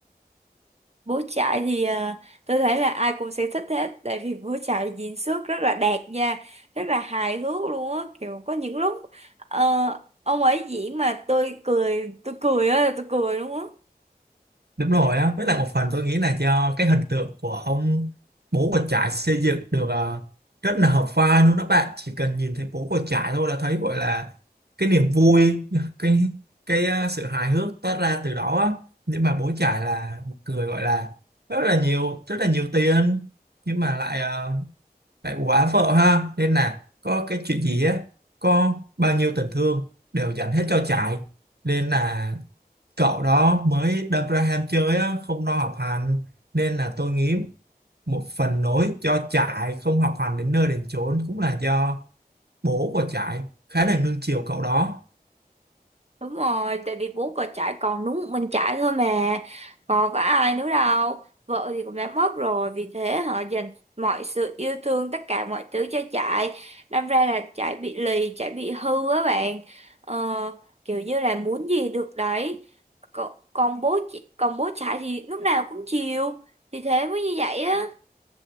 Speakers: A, on the right; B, on the right.
A: bố trại thì ờ, tôi thấy là ai cũng sẽ thích hết tại vì bố trại diễn xuất rất là đạt nha rất là hài hước luôn á kiểu có những lúc ờ, ông ấy diễn mà tôi cười tôi cười á tôi cười luôn á
B: Đúng rồi á, với lại một phần tôi nghĩ là do cái hình tượng của ông bố của trải xây dựng được ờ, rất là hợp vai luôn đó bạn. Chỉ cần nhìn thấy bố của trải thôi là thấy gọi là cái niềm vui, <laughs> cái cái ờ, sự hài hước toát ra từ đó á. Nhưng mà bố trải là một người gọi là rất là nhiều rất là nhiều tiền nhưng mà lại ờ, lại quá vợ ha nên là có cái chuyện gì á có bao nhiêu tình thương đều dành hết cho trải nên là cậu đó mới đâm ra ham chơi á, không lo học hành nên là tôi nghĩ một phần nỗi cho trại không học hành đến nơi đến chốn cũng là do bố của trại khá là nuông chiều cậu đó
A: Đúng rồi, tại vì bố có trải còn đúng một mình trải thôi mà, còn có ai nữa đâu. Vợ thì cũng đã mất rồi, vì thế họ dành mọi sự yêu thương, tất cả mọi thứ cho trải. Đâm ra là trải bị lì, trải bị hư á bạn. Ờ, kiểu như là muốn gì được đấy. Còn, còn bố chị, còn bố trải thì lúc nào cũng chiều, thì thế mới như vậy á.